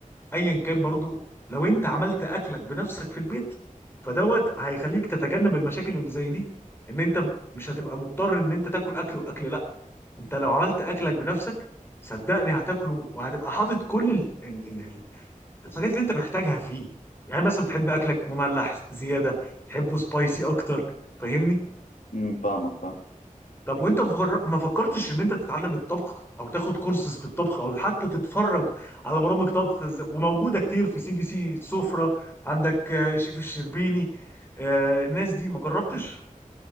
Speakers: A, on the left; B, on the left.
A: ايا كان برضو لو انت عملت اكلك بنفسك في البيت فدوت هيخليك تتجنب المشاكل اللي زي دي ان انت مش هتبقى مضطر ان انت تاكل اكل واكل لا انت لو عملت اكلك بنفسك صدقني هتاكله وهتبقى حاطط كل ال... ال... ال... الحاجات اللي انت محتاجها فيه يعني مثلا بتحب اكلك مملح زياده تحبه سبايسي اكتر فاهمني
B: امم فاهمك فاهم
A: طب وانت مفكر- ما فكرتش ان انت تتعلم الطبخ او تاخد كورسز في الطبخ او حتى تتفرج على برامج طبخ ز- وموجوده كتير في سي بي سي سفرة عندك آه، شيف الشربيني آه، الناس دي ما جربتش